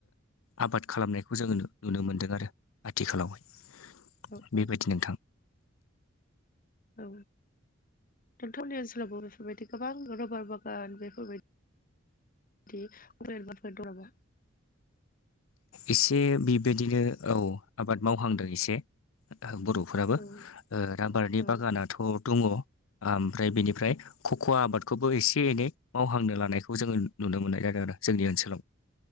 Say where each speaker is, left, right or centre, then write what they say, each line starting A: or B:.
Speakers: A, on the left (about 85°); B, on the left (about 45°).
A: आबाद खालामनायखौ जोङो नुनो मोन्दों आरो आथिखालावहाय
B: औ औ
A: बेबायदि नोंथां
B: औ नोंथांमोननि ओनसोलावबो बेफोरबायदि गोबां रबार बागान बेफोरबायदि बिदि <unintelligible> फोर दङबा
A: एसे बेबायदिनो औ आबाद मावहांदों एसे बर' फोराबो
B: औ
A: राबारनि
B: औ
A: बागानाथ' दङ ओमफ्राय बेनिफ्राय खखवा आबादखौबो एसे एनै मावहांनो लानायखौ जोङो नुनो मोननाय जादों आरो जोंनि ओनसोलाव